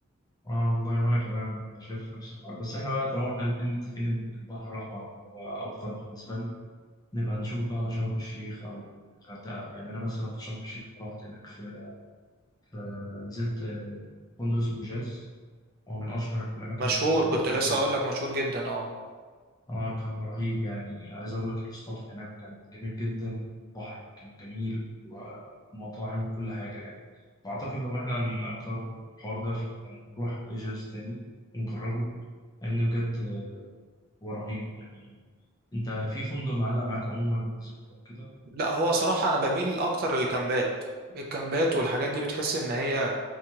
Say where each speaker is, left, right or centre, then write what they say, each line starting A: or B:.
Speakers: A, on the left; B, on the right.
A: اه والله وانا كمان انا شايف نفس الحوار بس احنا بقى طالما احنا الاتنين متفقين ان البحر الاحمر هو افضل بالنسبه لنا نبقى نشوف بقى شرم الشيخ او الغردقه يعني انا مثلا في شرم الشيخ أنا رحت هناك في في- نزلت فندق اسمه جاز هو من اشهر الاماكن
B: مشهور
A: في شرم
B: كنت لسه
A: هناك يعني.
B: اقول لك مشهور جدا اه
A: اه كان رهيب يعني عايز اقول لك الاستاف هناك كان جميل جدا بحر كان جميل ومطاعم كل حاجه يعني واعتقد لو احنا هنقرر الحوار ده فنبقى نروح لجهاز تاني ونجربه لان بجد هو رهيب يعني انت في فندق معلق معاك عموما نزلت او كده
B: لا هو صراحة انا بميل اكتر للكامبات الكامبات والحاجات دي بتحس ان هي